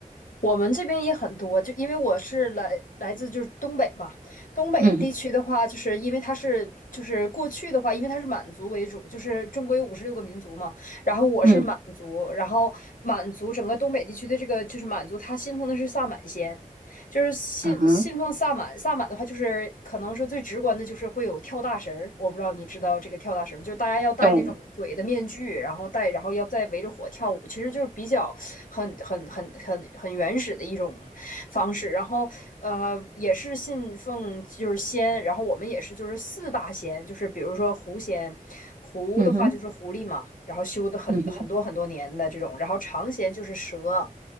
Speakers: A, on the left; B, on the right.
A: 我们这边也很多，就因为我是来来自就是东北嘛，东北的地区的话，
B: 嗯
A: 就是因为它是就是过去的话，因为它是满族为主，就是中国有五十六个民族嘛，然后我是满族，
B: 嗯
A: 然后满族整个东北地区的这个就是满族，他信奉的是萨满仙。就是信信奉萨满，
B: 啊哈，
A: 萨满的话就是可能是最直观的，就是会有跳大神儿。我不知道你知道这个跳大神吗？就是大家要戴那种鬼的面具，
B: 懂，
A: 然后戴，然后要再围着火跳舞，其实就是比较很很很很很原始的一种方式。然后呃，也是信奉就是仙，然后我们也是就是四大仙，就是比如说狐仙，狐的话就是狐狸嘛，
B: 嗯哼
A: 然后修的很很多很多年的这种，
B: 嗯哼
A: 然后长仙就是蛇。